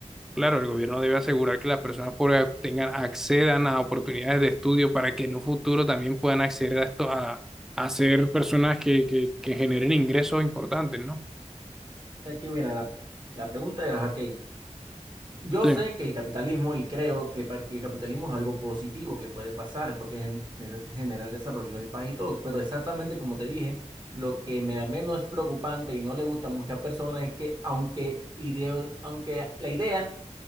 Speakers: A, in the centre; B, on the right.
A: claro, el gobierno debe asegurar que las personas pobres tengan, accedan a oportunidades de estudio para que en un futuro también puedan acceder a esto, a, a ser personas que, que, que generen ingresos importantes, ¿no?
B: es que mira, la, la pregunta era, ok, Yo
A: Sí,
B: sé que el capitalismo, y creo que, pa- que el capitalismo es algo positivo que puede pasar, porque es en, en general desarrollo del país y todo, pero exactamente como te dije, lo que me al menos es preocupante y no le gusta a muchas personas es que aunque, ideo- aunque la idea